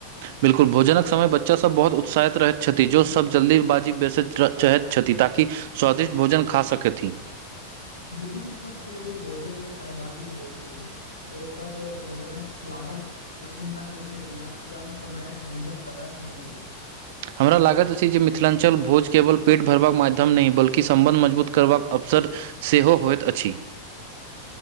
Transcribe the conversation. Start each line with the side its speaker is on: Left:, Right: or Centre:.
Right: बिल्कुल भोजनक समय बच्चाभ बहुत उत्साहित रहैत छथि जो सब जल्दीबाजी बेसैत <unintelligible> चाहैत छथि ताकि स्वादिष्ट भोजन खा सकथि
Left: बुजुर्गसभ सेहो भोजनमे सहभागी होइत छथिन ओ सब भोजन कऽ स्वादक प्रशंसा करैत छथि आ पुरान समयक भोजन कथा सुनबैत अछि
Right: हमरा लागैत अछि जे मिथिलांचल भोज केवल पेट भरबाक माध्यम नै बल्कि संबंध मजबूत करबाक अवसर सेहो होइत अछि